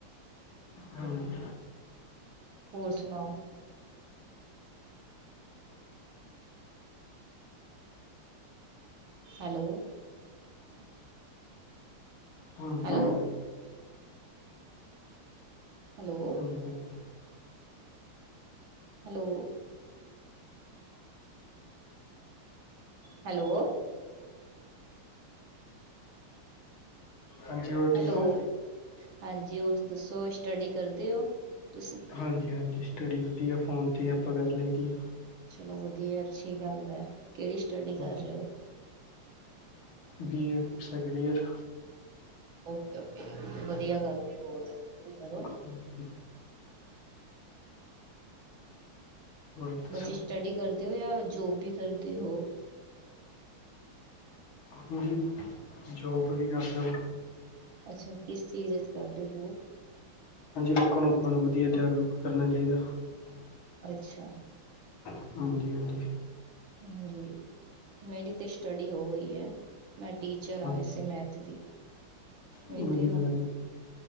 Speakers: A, on the left; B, on the right.
A: ਹਾਂਜੀ
B: ਹੋਰ ਸੁਣਾਓ ਹੈਲੋ
A: ਹਾਂਜੀ
B: ਹੈਲੋ
A: ਹਾਂਜੀ
B: ਹੈਲੋ
A: ਹਾਂਜੀ ਵਧੀਆ
B: ਹੈਲੋ ਹੈਲੋ
A: ਹਾਂਜੀ ਹੋਰ
B: ਹੈਲੋ
A: ਠੀਕ ਹੋ
B: ਹਾਂਜੀ ਹੋਰ ਦੱਸੋ ਸਟਡੀ ਕਰਦੇ ਓ ਤੁਸੀਂ
A: ਹਾਂਜੀ ਹਾਂਜੀ ਸਟਡੀ ਵਧੀਆ ਫੋਨ ਤੇ ਆਪਾਂ ਕਰ ਲਈਦੀ ਆ
B: ਚਲੋ ਵਧੀਆ ਅੱਛੀ ਗੱਲ ਹੈ ਕਿਹੜੀ ਸਟਡੀ ਕਰ
A: ਹਾਂਜੀ
B: ਰਹੇ ਹੋ
A: B A second year
B: okay okay ਵਧੀਆ ਗੱਲ ਹੈ ਹੋਰ ਅੱਗੇ ਵੀ ਕਰੋ
A: ਹਾਂਜੀ ਹੋਰ ਦੱਸੋ
B: ਬਸ ਸਟਡੀ ਕਰਦੇ ਹੋ ਜਾਂ ਜੋਬ ਵੀ ਕਰਦੇ ਹੋ
A: ਹਾਂਜੀ ਜੋਬ ਵੀ ਕਰਦਾ
B: ਅੱਛਾ ਇਸ ਚੀਜ਼ 'ਚ ਸਾਡੇ ਕੋਲ
A: ਹਾਂਜੀ ਲੋਕਾਂ ਨੂੰ ਆਪਾਂ ਨੂੰ ਵਧੀਆ ਜਾਗਰੂਕ ਕਰਨਾ ਚਾਹੀਦਾ
B: ਅੱਛਾ
A: ਹਾਂਜੀ- ਹਾਂਜੀ
B: ਹਾਂਜੀ ਮੇਰੀ ਤੇ ਸਟੱਡੀ ਹੋ ਗਈ ਹੈ ਮੈਂ ਟੀਚਰ ਆ
A: ਹਾਂਜੀ
B: ਏਸੇ ਮੈਥ ਹਾਂਜੀ ਮੈਂਥ
A: ਵਧੀਆ ਗੱਲ,